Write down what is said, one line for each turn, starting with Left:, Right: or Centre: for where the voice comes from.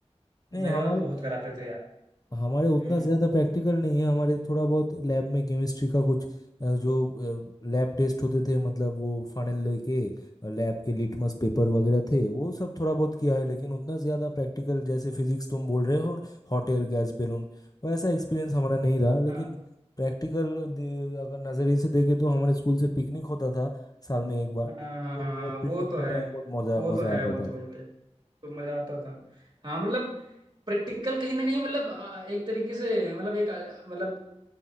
Right: मेरे
Left: नहीं हमारे
Right: वहाँ तो बहुत कराते थे यार
Left: हमारे उतना
Right: हम्म
Left: ज़्यादा प्रैक्टिकल नहीं है हमारे थोड़ा बहुत लैब में केमिस्ट्री का कुछ अ, जो लैब टेस्ट होते थे मतलब वो फाइनल लेके लैब के लिटमस पेपर वगैरह थे वो सब थोड़ा बहुत किया है लेकिन उतना ज़्यादा प्रैक्टिकल जैसे फिजिक्स तुम बोल रहे हो हॉट एयर गैस बैलून वैसा एक्सपीरियंस हमारा नहीं रहा लेकिन
Right: हाँ
Left: प्रैक्टिकल अगर नज़रिए से देखें तो हमारे स्कूल से पिकनिक होता था साल में एक बार
Right: हाँ
Left: तो
Right: हाँ हाँ,
Left: वो
Right: वो
Left: पिकनिक
Right: तो
Left: के
Right: है
Left: टाइम बहुत मज़ा
Right: वो तो
Left: मज़ा
Right: है
Left: आता
Right: वो तो
Left: था
Right: वो तो तो मजा आता था हाँ मतलब प्रैक्टिकल कहीं ना कहीं मतलब आ, एक तरीके से मतलब एक आ, मतलब